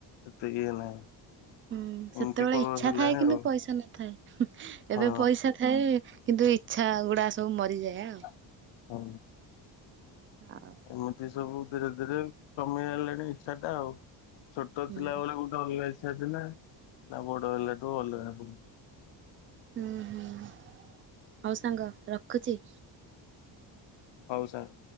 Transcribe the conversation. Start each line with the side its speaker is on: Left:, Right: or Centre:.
Left: ଏତେ ଇଏ ନାହିଁ।
Right: ହୁଁ ସେତେବେଳେ
Left: ଏମିତି କଣ
Right: ଇଚ୍ଛା
Left: ହେଲାଣି
Right: ଥାଏ କିନ୍ତୁ
Left: ଆଉ
Right: ପଇସା ନଥାଏ।
Left: ହଁ
Right: ଏବେ ପଇସା ଥାଏ କିନ୍ତୁ ଇଚ୍ଛା ଗୁଡା ସବୁ ମରିଯାଏ ଆଉ।
Left: ହଉ
Right: ଆଉ
Left: ଆମର ଏ ସବୁ ଧୀରେ ଧୀରେ କମିଗଲାଣି ଇଚ୍ଛାଟା ଆଉ। ଛୋଟ
Right: ହୁଁ
Left: ଥିଲାବେଳେ <unintelligible> ନା ବଡ ହେଲାଠୁ ଅଲଗା ହବୁନି।
Right: ହୁଁ ହୁଁ। ହଉ ସାଙ୍ଗ ରଖୁଚି।
Left: ହଉ ସାର୍।